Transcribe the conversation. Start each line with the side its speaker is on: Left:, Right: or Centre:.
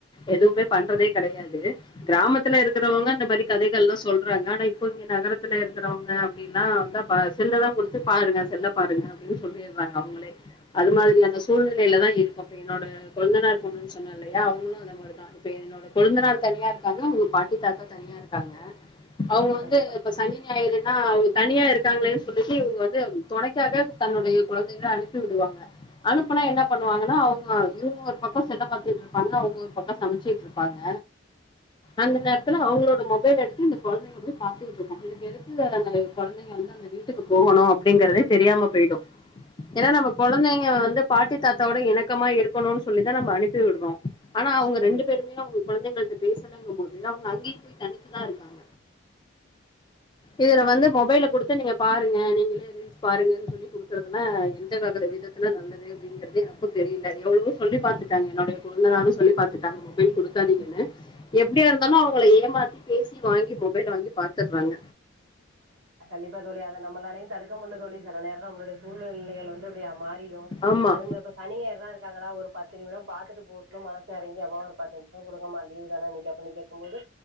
Left: எதுவுமே பண்றதே கிடையாது கிராமத்துல இருக்கிறவங்க இந்த மாரி கதைகள் எல்லாம சொல்றாங்க ஆனா இப்ப இங்க நகரத்துல இருக்கிறவங்க அப்படின்னா வந்தா செல்ல தா குடுத்து பாருங்க செல் பாருங்க அப்டின்னு சொல்லிடுறாங்க அவங்களே அது மாரி அந்த சூழ்நிலையில தான் இருக்கும் இப்ப என்னோட கொழந்தனார் பெண்ணுன்ன சொன்னா இல்லையா அவங்களும் அந்த மாரிதான் இப்ப என்னோட கெழந்தனாார் தனியா இருக்காங்க அவங்க பாட்டி தாத்தா தனியா இருக்காங்க அவுங்க வந்து
Right: கண்டிப்பா
Left: இப்ப சனி இப்பன்னா அவுங்க தனியா இருக்காங்களேன்னு சொல்லிட்டு இங்க வந்து துணைக்காக தன்னுடைய குழந்தைகளை அனுப்பி விடுவாங்க அனுப்புனா என்ன பண்ணுவாங்கன்னா அவுங்க இவுங்க ஒரு பக்கம் செல்ல பாத்துட்டு இருப்பாங்க அவுங்க ஒரு பக்கம் சமைச்சுட்டு இருப்பாங்க அந்த நேரத்துல அவங்களோட மொபைல் எடுத்து இந்த குழந்தைங்கள் பாத்துட்டு இருக்கும் இதுக்கு எடுத்து அந்த குழந்தைங்க வந்து அந்த வீட்டுக்கு போகணும் அப்டிங்கறதே தெரியாம போயிடும் ஏன்னா நம்ம குழந்தைங்க வந்து பாட்டி தாத்தாவோட இனக்கமா இருக்கணும்னு சொல்லி தா நம்ம அனுப்பி விடுறோம் ஆனா அவங்க
Right: கண்டிப்பா
Left: ரெண்டு பேருமே அவங்க கொழந்தைங்கள் ட்ட பேசலங்கம் போது அவுங்க அங்கயு போயி தனித்துதா இருக்காங்க. இதுல வந்து மொபைல குடுத்து நீங்க பாருங்க நீங்களே ரீல்ஸ் பாருங்கன்னு சொல்லி குடுக்குறதுலா எந்த வக விதத்துல நல்லது அப்டிங்கறது எனக்கு தெரியல எவ்ளவோ சொல்லி பாத்துட்டாங்க என்னுடைய கொழுந்தனாரு சொல்லி பாத்துட்டாங்க மொபைல் குடுக்காதீங்கன்னு எப்டியா இருந்தாலு அவங்கள ஏமாத்தி பேசி வாங்கி மொபைல வாங்கி பாத்தர்றாங்க.
Right: கண்டிப்பா தோழி அத நம்மளாலயு தடுக்க முடில தோழி செல நேரோ நம்மளுடைய சூழ்நிலைகள் வந்து அப்டியா மாறி ரு
Left: ஆமா
Right: அதே மாரிதா சனி ஞாயிறுனா இருக்காங்களா ஒரு பத்து நிமிடம் பாத்துட்டு போகுட்டுனு மனசு எறங்கி அம்மா ஒரு பத்து நிமிஷோ குடுங்கம்மா லீவுதான இன்னக்கி அப்டின்னு கேக்கும்போது